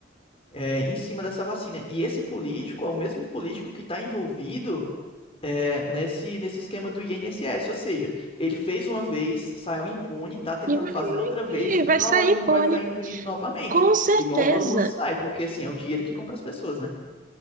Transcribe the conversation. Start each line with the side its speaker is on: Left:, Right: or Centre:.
Left: É, em cima dessa vacina. E esse político é o mesmo político que está envolvido é, nesse, nesse esquema do INSS. Ou seja, ele fez uma vez, saiu impune, tá tentando
Right: E vai,
Left: fazer outra vez
Right: e
Left: e
Right: vai
Left: provavelmente
Right: sair pônei.
Left: vai sair impune novamente.
Right: Com certeza.
Left: Igual todo mundo sai, porque assim, é o dinheiro que compra as pessoas, né?